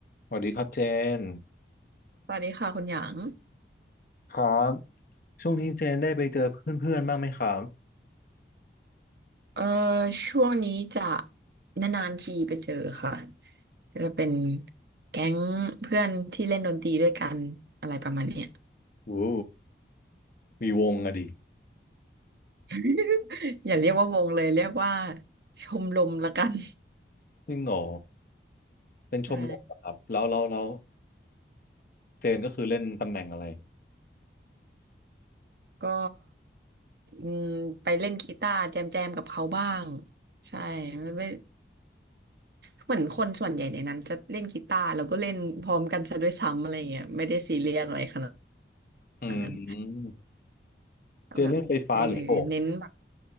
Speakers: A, on the left; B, on the right.
A: สวัสดีครับเจน
B: สวัสดีค่ะคุณหยาง
A: ครับช่วงนี้เจนได้ไปเจอเพื่อนๆบ้างไหมครับ
B: เอ่อช่วงนี้จะนานๆทีไปเจอค่ะก็จะเป็นแก๊งเพื่อนที่เล่นดนตรีด้วยกันอะไรประมาณเนี้ย
A: โอ้โหมีวงอะดิ
B: <laughs> อย่าเรียกว่าวงเลยเรียกว่าชมรมละกัน
A: จริงเหรอ
B: <laughs>
A: เป็นชมรมเหรอครับแล้วแล้วแล้ว
B: ใช่
A: เจนก็คือเล่นตำแหน่งอะไร
B: ก็อืมไปเล่นกีตาร์แจมแจมกับเขาบ้างใช่ไม่ไม่เหมือนคนส่วนใหญ่ในนั้นจะเล่นกีตาร์แล้วก็เล่นพร้อมกันซะด้วยซ้ำอะไรเงี้ยไม่ได้ซีเรียสอะไรขนาด
A: อืม
B: นั้น
A: เจนเล่นไฟฟ้าหรือโป่ง
B: แบบเออเน้นแบบ